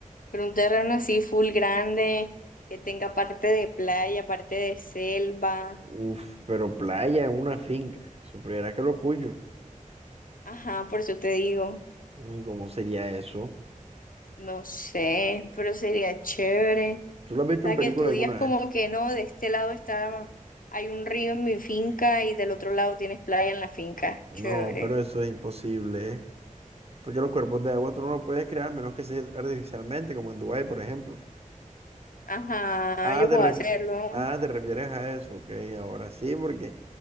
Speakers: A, on the left; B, on the right.
A: pero un terreno así full grande, que tenga parte de playa, parte de selva.
B: uf, pero playa en una finca. Supieras que lo cuyo.
A: Ajá, por eso te digo.
B: Uy, ¿cómo sería eso?
A: No sé, pero sería chévere. O
B: ¿Tú lo has visto en
A: sea,
B: película
A: que tú digas
B: alguna vez?
A: como que no, de este lado está, hay un río en mi finca y del otro lado tienes playa en la finca.
B: No,
A: Chévere.
B: pero eso es imposible, ¿eh? Porque los cuerpos de agua tú no los puedes crear menos que sea artificialmente, como en Dubái, por ejemplo.
A: Ajá,
B: Ah,
A: yo
B: te
A: puedo
B: ref-
A: hacerlo. O
B: ah, te refieres a eso. Ok, ahora sí, porque,